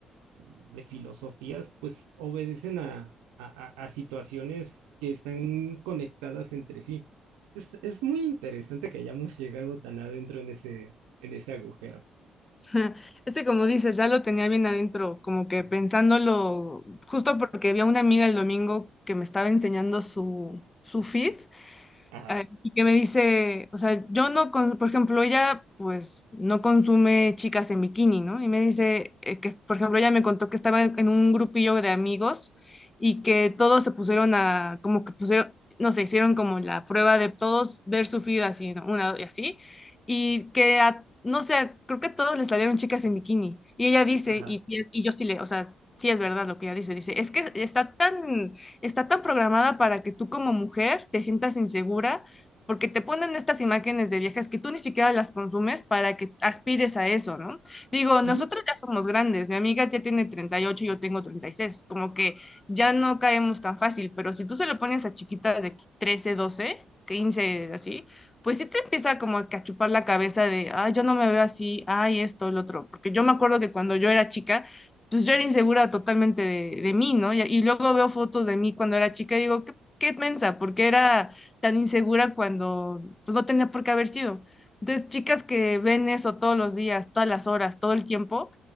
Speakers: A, on the right; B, on the left.
A: de filosofías, pues obedecen a, a- a- a situaciones que están conectadas entre sí. Es, es muy interesante que hayamos llegado tan adentro en ese, en ese agujero.
B: <laughs> Este, como dices, ya lo tenía bien adentro, como que pensándolo, justo porque vi a una amiga el domingo que me estaba enseñando su, su feed
A: Ajá,
B: ah, y que me dice, o sea, yo no, con- por ejemplo, ella pues no consume chicas en bikini, ¿no? Y me dice eh, que, por ejemplo, ella me contó que estaba en un grupillo de amigos y que todos se pusieron a, como que pusieron, no sé, hicieron como la prueba de todos ver su feed así, ¿no? Una y así, y que a- no sé, creo que a todos les salieron chicas en bikini. Y ella dice,
A: ajá.
B: y, sí es- y yo sí le, o sea, sí es verdad lo que ella dice, dice, es que está tan está tan programada para que tú como mujer te sientas insegura porque te ponen estas imágenes de viejas que tú ni siquiera las consumes para que aspires a eso, ¿no? Digo, nosotros
A: ujú.
B: ya somos grandes, mi amiga ya tiene treinta y ocho y yo tengo 36. como que ya no caemos tan fácil, pero si tú se lo pones a chiquitas de 13, 12, 15, así, pues sí te empieza como a chupar la cabeza de, ay, yo no me veo así, ay, esto, el otro, porque yo me acuerdo que cuando yo era chica, pues yo era insegura totalmente de, de mí, ¿no? Y, y luego veo fotos de mí cuando era chica y digo, qué, qué mensa, porque era tan insegura cuando pues, no tenía por qué haber sido. Entonces, chicas que ven eso todos los días, todas las horas, todo el tiempo,